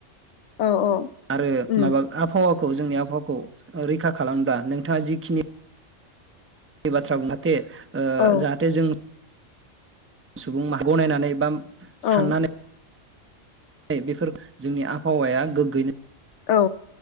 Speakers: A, on the left; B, on the right.
A: औ औ
B: आरो
A: उम
B: माबा आबहावा खौ जोंनि आबहावखौ रैखा खालाम्रा नोंथाङा जिखिनि बे बाथ्रा बुं जाहाथे ओ
A: औ
B: जाहाथे जों सुबुं माहारा <unintelligible> गनायनानै बा
A: औ
B: साननानै बेफोर जोंनि आबहावाया गोग्गैनो
A: औ